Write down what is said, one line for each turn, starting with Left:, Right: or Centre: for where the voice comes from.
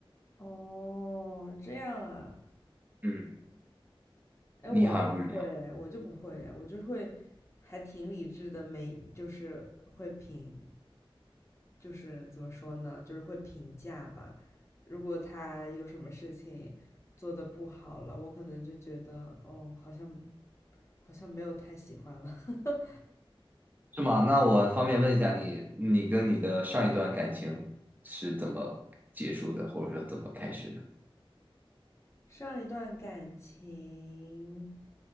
Left: 哦，这样啊，
Right: 嗯，
Left: 哎，
Right: 你好像不是这样，
Left: 我就不会，哎，我就不会，哎，我就会还挺理智的，没，就是会评，就是怎么说呢，就是会评价吧。如果他有什么事情做的不好了，我可能就觉得，哦，好像好像没有太喜欢了。<laughs>
Right: 是吗？那我方便问一下你，你跟你的上一段感情是怎么结束的，或者说怎么开始的？
Left: 上一段感情。